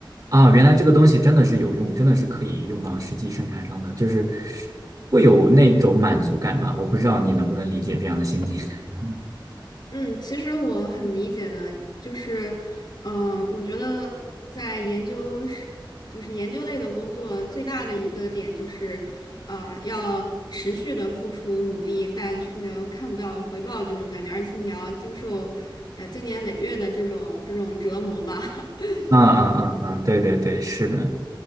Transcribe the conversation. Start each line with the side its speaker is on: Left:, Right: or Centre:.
Right: 啊，原来这个东西真的是有用，真的是可以用到实际生产上的，就是会有那种满足感吧。我不知道你能不能理解这样的心情。<laughs>
Left: 嗯，其实我很理解的，就是，嗯、我觉得在研究是，就是研究类的工作最大的一个点就是，呃，要持续的付出努力，但却看不到回报这种感觉，而且你要经受，呃，经年累月的这种这种折磨吧。<laughs>
Right: 嗯嗯嗯嗯，
Left: 嗯
Right: 对对对，是的，